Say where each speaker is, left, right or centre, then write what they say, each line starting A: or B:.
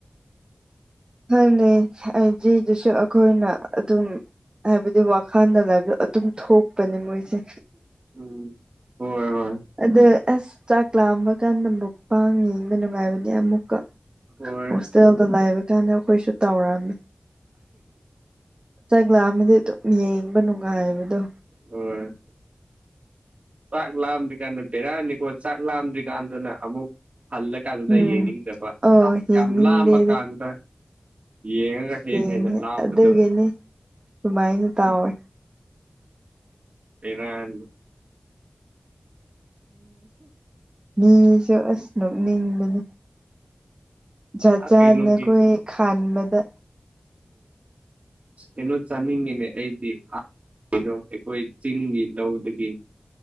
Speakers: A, on the right; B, on the right.
A: ꯈꯪꯗꯝ ꯅ‌ꯦ ꯑꯥꯏꯖꯤꯗꯁꯨ ꯑꯩꯈꯣꯏꯅ ꯑꯗꯨꯝ ꯍꯥꯏꯕꯗꯤ ꯋꯥꯈꯜꯗ ꯂꯥꯏꯕꯗꯣ ꯑꯗꯨꯝ ꯊꯣꯛꯄꯅꯦ ꯃꯣꯏꯁꯦ
B: ꯎꯝ ꯍꯣꯏ ꯍꯣꯏ
A: ꯑꯗ ꯑꯁ ꯆꯥꯛꯂꯥꯝꯕ ꯀꯥꯟꯗ ꯃꯨꯛꯕꯥꯡ ꯌꯦꯡꯕ ꯅꯨꯡꯉꯥꯏꯕꯅꯦ ꯑꯃꯨꯛꯀ
B: ꯍꯣꯏ
A: ꯍꯣꯁꯇꯦꯜꯗ ꯂꯥꯏꯕ ꯀꯥꯟꯗ ꯑꯩꯈꯣꯏꯁꯨ ꯇꯧꯔꯝꯃꯤ ꯆꯒꯂꯥ ꯑꯃꯗꯤ ꯑꯗꯨꯝ ꯌꯦꯡꯕ ꯅꯨꯡꯉꯥꯏꯕꯗꯣ
B: ꯑꯣ ꯆꯥꯛ ꯂꯥꯝꯗ꯭ꯔꯤꯀꯥꯟꯗ ꯕꯦꯔꯥꯑꯅꯤꯀꯣ ꯆꯥꯛ ꯂꯥꯝꯗ꯭ꯔꯤꯀꯥꯟꯗꯅ ꯑꯃꯨꯛ ꯍꯂ ꯀ ꯑꯗꯨꯗ
A: ꯎꯝ
B: ꯌꯦꯡꯅꯤꯡꯗꯕ
A: ꯑꯣ ꯌꯦꯡꯅꯤꯡꯗꯦ
B: ꯌꯥꯝ ꯂꯥꯃ ꯀꯥꯟꯗ ꯌꯦꯡꯉꯒ ꯍꯦꯟꯅ
A: ꯁꯤꯦꯡꯅꯦ
B: ꯍꯦꯟꯅ ꯂꯥꯝꯕꯗꯣ
A: ꯑꯗꯨꯒꯤꯅꯦ ꯁꯨꯃꯥꯏꯅ ꯇꯥꯎꯋꯦ
B: ꯏꯔꯥꯟ
A: ꯃꯤ ꯃꯤꯁꯨ ꯑꯁ ꯅꯣꯛꯅꯤꯡꯕꯅꯦ ꯖꯥꯠ
B: ꯑꯥ
A: ꯖꯥꯠꯅ
B: ꯀꯩꯅꯣꯒꯤ
A: ꯑꯩꯈꯣꯏ ꯈꯥꯟꯕꯗ
B: ꯎꯝꯁꯅꯣ ꯆꯅꯤꯡꯦꯅꯦ ꯑꯗꯤ ꯀꯗꯣ ꯑꯩꯈꯣꯏ ꯆꯤꯡꯒꯤ ꯂꯧꯗꯒꯤ